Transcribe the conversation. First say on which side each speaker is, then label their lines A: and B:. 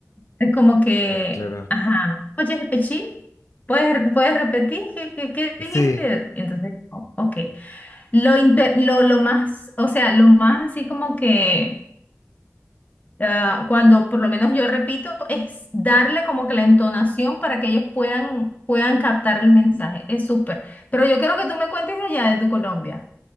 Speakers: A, on the left; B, on the left.
A: Es como que,
B: claro, claro.
A: ajá, oye, Pechín, ¿puedes, puedes repetir qué, qué, qué
B: Sí.
A: dijiste? Y Entonces, o- ok. Lo, inte- lo, lo más, o sea, lo más así como que ah, cuando por lo menos yo repito, es darle como que la entonación para que ellos puedan, puedan captar el mensaje. Es súper. Pero yo quiero que tú me cuentes de allá de tu Colombia.